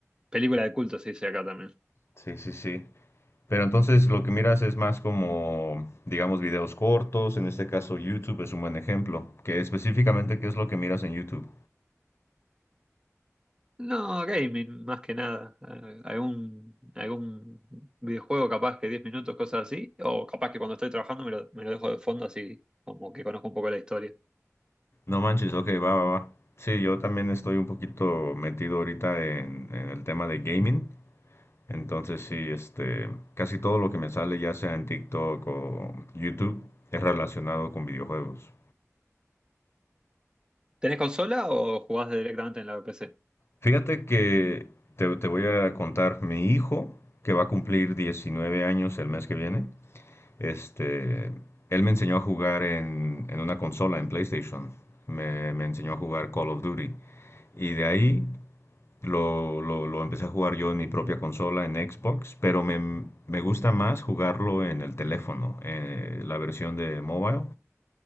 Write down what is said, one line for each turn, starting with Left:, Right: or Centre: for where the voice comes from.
Right: Película de culto se dice acá también.
Left: Sí, sí, sí. Pero entonces lo que miras es más como, digamos, videos cortos. En este caso, YouTube es un buen ejemplo. Que específicamente, ¿qué es lo que miras en YouTube?
Right: No, gaming, más que nada. Eh, Algún, algún videojuego capaz que 10 minutos, cosas así. O capaz que cuando estoy trabajando me lo, me lo dejo de fondo así como que conozco un poco la historia.
Left: No manches, ok, va, va, va. Sí, yo también estoy un poquito metido ahorita en, en el tema de gaming. Entonces, sí, este, casi todo lo que me sale, ya sea en TikTok o YouTube, es relacionado con videojuegos.
Right: ¿Tenés consola o jugás directamente en la PC?
Left: Fíjate que te, te voy a contar, mi hijo, que va a cumplir 19 años el mes que viene, este, él me enseñó a jugar en, en una consola, en PlayStation. Me, me enseñó a jugar Call of Duty. Y de ahí Lo, lo, lo empecé a jugar yo en mi propia consola, en Xbox, pero me, me gusta más jugarlo en el teléfono, eh, la versión de mobile.